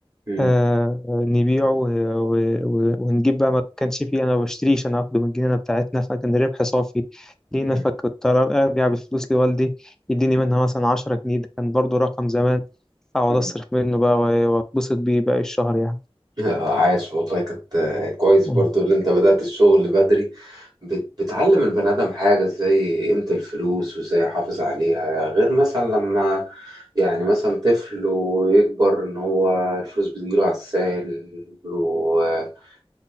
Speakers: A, on the right; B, in the centre.
A: مم.
B: آه، نبيعه و- و- و- ونجيب بقى ما كانش فيه أنا ما بشتريش أنا باخده من الجنينة بتاعتنا فكان الربح صافي لينا
A: مم.
B: فكنت أرجع بالفلوس لوالدي يديني منها مثلا عشرة جنيه ده كان برضو رقم زمان أقعد
A: مم.
B: أصرف منه بقى وأتبسط بيه باقي الشهر يعني
A: آه، عاش والله كانت آه، كويس
B: مم.
A: برضو اللي انت بدأت الشغل بدري بت- بتعلم البني آدم حاجة زي قيمة الفلوس وازاي يحافظ عليها غير مثلا لما يعني مثلا طفل ويكبر ان هو الفلوس بتجيله على الساهل ومنين